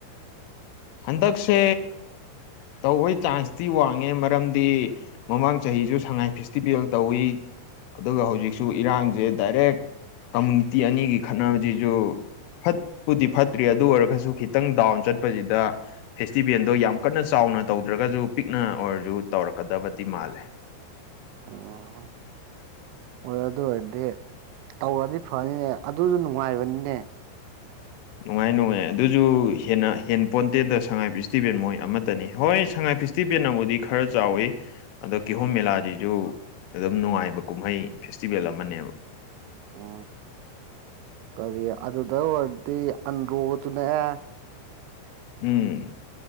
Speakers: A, on the left (about 80°); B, on the right (about 90°).
A: ꯍꯟꯇꯛꯁꯦ ꯇꯧꯕꯩ ꯆꯥꯟꯁꯇꯤ ꯋꯥꯡꯉꯦ ꯃꯔꯝꯗꯤ ꯃꯃꯥꯡ ꯆꯍꯤꯁꯨ ꯁꯉꯥꯏ ꯐꯦꯁꯇꯤꯚꯦꯜ ꯇꯧꯏꯤ ꯑꯗꯨꯒ ꯍꯧꯖꯤꯛꯁꯨ ꯏꯔꯥꯡꯁꯦ ꯗꯥꯏꯔꯦꯛ ꯀꯝꯃꯨꯅꯤꯇꯤ ꯑꯅꯤꯒꯤ ꯈꯠꯅꯕꯁꯤꯁꯨ ꯐꯠꯄꯨꯗꯤ ꯐꯠꯇ꯭ꯔꯤ ꯑꯗꯨ ꯑꯣꯏꯔꯒꯁꯨ ꯈꯤꯇꯪ ꯗꯥꯎꯟ ꯆꯠꯄꯁꯤꯗ ꯐꯦꯁꯇꯤꯚꯦꯜꯗꯣ ꯌꯥꯝ ꯀꯟꯅ ꯆꯥꯎꯅ ꯇꯧꯗ꯭ꯔꯒꯁꯨ ꯄꯤꯛꯅ ꯑꯣꯏꯔꯁꯨ ꯇꯧꯔꯛꯀꯗꯕꯗꯤ ꯃꯥꯜꯂꯦ
B: ꯑꯣ ꯍꯣꯏ ꯑꯗꯨ ꯑꯣꯏꯔꯗꯤ ꯇꯧꯔꯗꯤ ꯐꯅꯤꯅꯦ ꯑꯗꯨꯁꯨ ꯅꯨꯡꯉꯥꯏꯔꯕꯅꯤꯅꯦ
A: ꯅꯨꯡꯉꯥꯏ ꯅꯨꯡꯉꯥꯏ ꯑꯗꯨꯁꯨ ꯍꯦꯟꯅ ꯍꯦꯟ ꯄꯣꯟꯇꯦꯜꯗ ꯁꯉꯥꯏ ꯐꯦꯁꯇꯤꯚꯦꯜ ꯃꯣꯏ ꯑꯃꯠꯇꯅꯤ ꯍꯣꯏ ꯁꯉꯥꯏ ꯐꯦꯁꯇꯤꯚꯦꯜꯅꯕꯨꯗꯤ ꯈꯔ ꯆꯥꯎꯋꯤ ꯑꯗꯣ ꯀꯤꯍꯣꯝ ꯃꯦꯂꯥꯁꯤꯁꯨ ꯑꯗꯨꯝ ꯅꯨꯡꯉꯥꯏꯕ ꯀꯨꯝꯍꯩ ꯐꯦꯁꯇꯤꯚꯦꯜ ꯑꯃꯅꯦꯕ
B: ꯑ ꯀꯔꯤ ꯑꯗꯨꯗ ꯑꯣꯏꯔꯗꯤ ꯑꯟꯗ꯭ꯔꯣꯒ ꯆ ꯅꯛꯑꯦ
A: ꯎꯝ